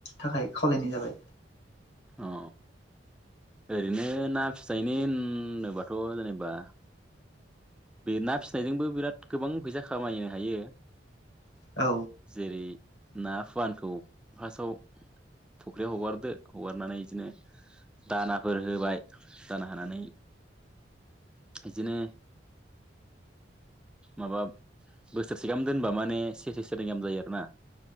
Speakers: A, on the left (about 70°); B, in the centre.
A: थाखाय खावलायनाय जाबाय।
B: अ ओरैनो ना फिथाइनि नोबाथ' जेनेबा बे ना फिसिनायजोंबो बिराद गोबां फैसा खामायनो हायो।
A: औ।
B: जेरै ना फुवानखौ फार्स्टआव फुख्रियाव हगारदो हगारनानै इदिनो दानाफोर होबाय दाना होनानै। बिदिनो माबा बोसोरसे गाहाम दोनबा माने ससे सननि गाहाम जायो आर ना